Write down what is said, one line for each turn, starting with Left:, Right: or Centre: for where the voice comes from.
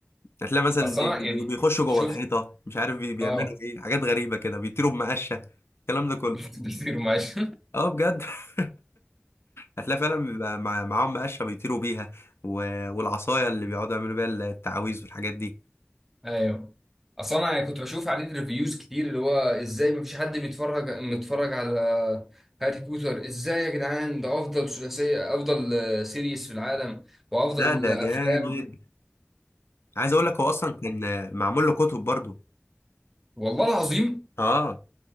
Left: هتلاقي مثلا
Centre: اصل
Left: بي-
Centre: انا
Left: بي-
Centre: يعني
Left: بيخشوا جوه
Centre: شفت
Left: الحيطة مش عارف بي- بيعملوا
Centre: اه
Left: ايه حاجات غريبة كده بيطيروا بمقشة الكلام ده كله
Centre: شفت كتير معلش
Left: اه بجد <laughs> هتلاقي فعلا بيبقى مع- معاهم مقشة بيطيروا بيها و- والعصاية اللي بيقعدوا يعملوا بيها التعاويذ والحاجات دي
Centre: <laughs> ايوه اصل انا يعني كنت بشوف عليه ريفيوز كتير اللي هو ازاي مفيش حد بيتفرج متفرج على هاري بوتر ازاي يا جدعان ده افضل ثلاثيه افضل آه، سيريس في العالم وافضل
Left: لا ده
Centre: افلام
Left: جامد عايز اقول لك هو اصلا كان معمول له كتب برضه
Centre: والله العظيم
Left: اه